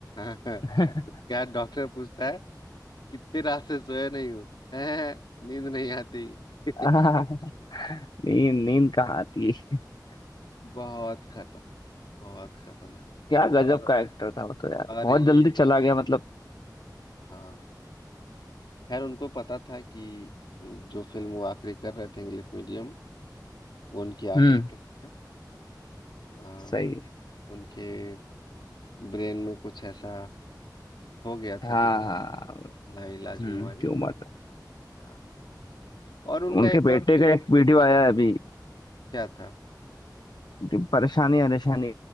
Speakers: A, on the left; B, on the left.
A: <laughs>
B: हाँ
A: क्या डॉक्टर पूछता है कितनी रात से सोए नहीं हो <laughs> हैं? नींद नहीं आती <laughs>
B: <laughs> आह, नींद नींद कहाँ आती है <laughs>
A: बहुत खतरनाक बहुत खतरनाक
B: क्या गजब
A: और
B: का एक्टर था वो तो यार
A: और
B: बहुत
A: ये
B: जल्दी चला गया मतलब
A: हाँ खैर उनको पता था कि जो फिल्म वो आखिरी कर रहे थे इंग्लिश मीडियम वो उनकी
B: हम्म
A: आखिरी फिल्म आ,
B: सही
A: उनके ब्रेन में कुछ ऐसा हो गया
B: है
A: था
B: हाँ
A: बीमारी
B: हाँ हाँ।
A: लाइलाज
B: हम्म
A: बीमारी
B: ट्यूमर
A: आ, और उनका
B: उनके
A: एक और
B: बेटे
A: फिल्म
B: का एक वीडियो आया है अभी
A: क्या था
B: कि परेशानी परेशानी